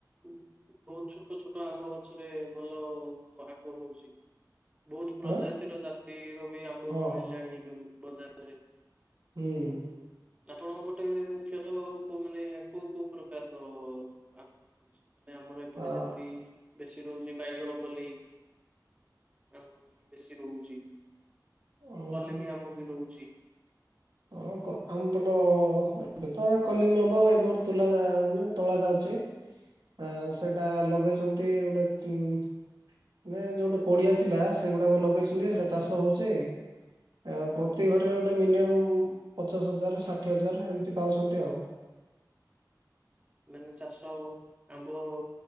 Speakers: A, on the right; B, on the right.
A: ବୋହୁତ ଛୋଟ ଛୋଟ ଆମ୍ବ ଗଛରେ ଭଲ କ ଆମ୍ବ ହୋଉଛି। ବୋହୁତ ପ୍ରଜାତିର
B: ହଁ
A: ଜାତିର ବି ଆମ୍ବ
B: ହଁ
A: ବି ମିଳିଲାଣି ଏବେ ବି ବଜାରରେ।
B: ହୁଁ।
A: ଆପଣଙ୍କ ପଟେ ମୁଖ୍ୟତଃ କୋଉ ମାନେ କୋଉ କୋଉ ପ୍ରକାରର ଆମ୍ବ ମିଳୁଛି? ମାନେ ଆମର ଏପଟେ
B: ଆ
A: ଯେମିତି ବେଶି ରୋହୁଛି ବାଇଗଣପଲେଇ। ହଁ ଟିକେ ବେଶି ରୋହୁଛି
B: ଓହୋ
A: କଲିମ୍ୱି ଆମ୍ବ ବି ରୋହୁଛି।
B: ହଁ କ ଆମପଟ ଏବେ ତ କଲିମି ଆମ୍ବ ଏବେ ଗୋଟେ ତୋଲା ଯାଉନି ତୋଳା ଯାଉଛି। ଛି ଆଉ ସେଟା ଲଗେଇଛନ୍ତି ଗୋଟେ ଉଁ ମାନେ ଯୋଉଟା ପଡିଆ ଥିଲା ସେଗୁଡାକ ଲଗେଇଛନ୍ତି ସେଟା ଚାଷ ହୋଉଛି ଏ ଆଉ ପ୍ରତି ଘରେ ଗୋଟେ ମିନିୟମ୍ ପଚାଶ ହଜାର ଷାଠିଏ ହଜାର ଏମିତି ପାଉଛନ୍ତି ଆଉ।
A: ମାନେ ଚାଷ ଆଉ ଆମ୍ବ ଆଉ